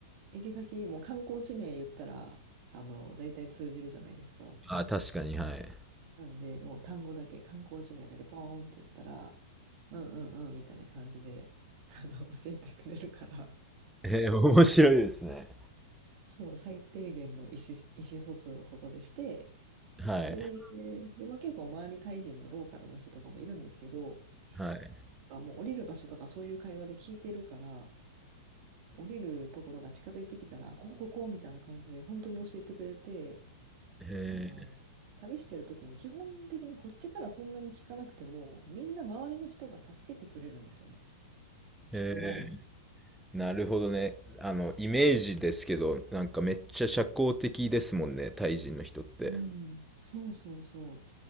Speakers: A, on the right (about 45°); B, in the centre.
A: 行き先、もう観光地名言ったら、あの、大体通じるじゃないですか。
B: ああ、確かに、はい。
A: なんで、もう単語だけ、観光地名だけポーンって言ったら、うんうんうんみたいな感じで、あの、教えてくれるから、
B: えー、面白いですね。
A: そう、最低限の意思、意思疎通をそこでして、
B: はい。
A: で、で、まあ、結構周りタイ人のローカルの人とかもいるんですけど、
B: はい。
A: あ、もう降りる場所とかそういう会話で聞いてるから、降りるところが近づいてきたら、あここここみたいな感じで本当に教えてくれて、
B: え
A: あの、旅してる時に基本的にこっちからそんなに聞かなくても、みんな周りの人が助けてくれるんですよね。聞く前に。
B: ー、えー、なるほどね。あの、イメージですけど、なんかめっちゃ社交的ですもんね、タイ人の人って。
A: うん。そうそうそ